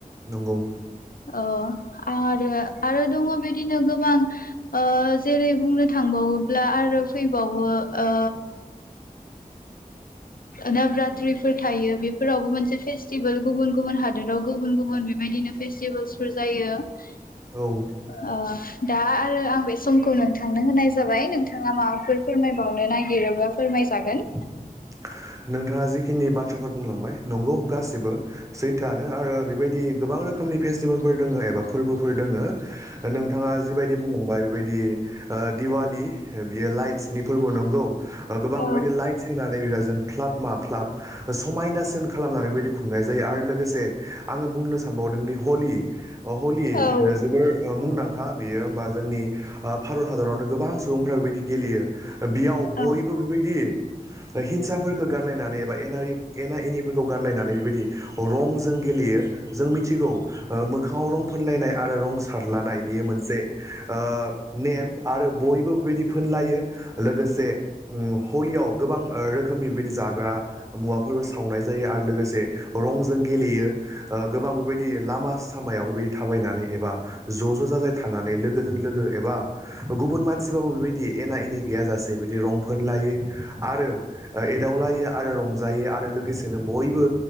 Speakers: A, on the right; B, on the left.
A: नंगौ
B: ओ आरो आरो दङ बिदिनो गोबां ओ जेरै बुंनो थांबावो ब्ला आरो फैबावो ओ नभरत्रिफोर थायो बेफोरावबो मोनसे फेस्टिभेल गुबुन गुबुन हादोराव गुबुन गुबुन बेबायदिनो फेस्टिभेल्सफोर जायो ओ
A: औ
B: दा आरो आं बे समखौ नोंथांनो होनाय जाबाय नोंथाङा माबाफोर फोरमायबावनो नागिरोबा फोरमाय जागोन
A: <inaudible> नोंथाङा जिखिनि बाथ्राफोर बुंलांबाय नंगौ गासिबो सैथोआनो आरो बेबायदि गोबां गोबां रोखोमनि फेस्टिभेलफोर दङ एबा फोरबोफोर दोङो नोंथाङा जिबायदि बुंलांबाय बेबायदि ओ दिवाललि बियो लाइटसनि फोरबो नंगौ गोबां
B: औ
A: बेबायदि लाइटस होनानै बिराद क्लाब मा क्लाब समायनासिन खालामनानै बेबादि खुंनाय जायो आरो लोगोसे आंङो बुंनो सानबाव हरदोंदि हलि हलि
B: औ
A: जोबोर मुंदांखा खा बियो होमबा जोंनि भारत हादरावनो गोबां सुबुंफोरा बेबायदि गेलेयो बेयाव बयबो
B: औ
A: बेबायदि हिंसाफोर गारलायनानै एबा एना एना एनिफोरखौ गारलायनानै बेबायदि रंजों गेलेयो जों मिथिगौ
B: औ
A: मोखाङाव रं फुनलायनाय आरो रं सारलानाय बियो मोन ओ नेम आरो बयबो बेबायदि फोनलायो लोगोसे उम हलियाव गोबां रोखोमनिबेबायदि जाग्रा मुवाफोरबो सावनाय जायो आरो लोगोसे रंजों गेलेयो गोबां बेबायदि लामा सामायाव बेबायदि थाबायनानै एबा ज ज जाजाय थानानै लोगोजों लोगो एबा गुबुन मानसिबाबो बेबायदि एना एनि गैयाजासे बिदि रं फोन लायो आरो एट दावलायो आरो रंजायो आरो लोगोसेनो बयबो